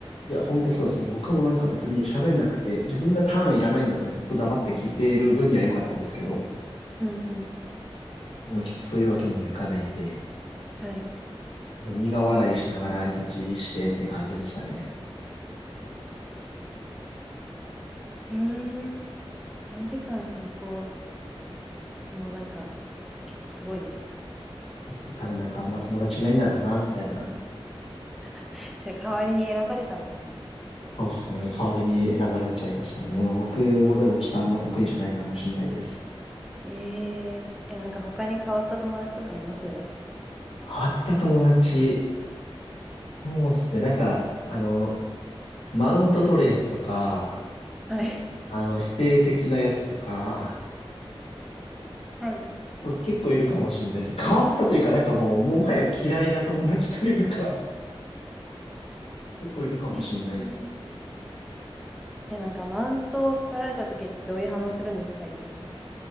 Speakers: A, on the left (about 80°); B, in the centre.
A: いや、ほんとそうですね。僕もなんか別に喋んなくて、自分がターンいらないんだったらずっと黙って聞いている分には良かったんですけど、
B: うんうん。
A: でもちょっとそういうわけにもいかないんで、
B: はい。
A: あの苦笑いしながら相槌してって感じでしたね。
B: うーん。3時間散歩もなんか結構すごいですね。
A: そうですね多分なんかあんま友達いないんだろうな、みたいな。
B: <laughs> じゃあ代わりに選ばれたんですね。
A: そうですね。代わりに選ばれちゃいましたね。まあ、僕もでもちょっとあんま得意じゃないかもしれないです。
B: えー、え、なんか他に変わった友達とかいます
A: 変わった友達。そうですね。なんか、あの、マウント取るやつとか、
B: はい。<laughs>
A: あの、否定的なやつとか、
B: はい。
A: そう結構いるかもしれないです。変わったというか、なんかもう、もはや嫌いな友達というか、<laughs> 結構いるかもしれないです。
B: えーえ、なんかマウントを取られた時ってどういう反応するんですか、いつも。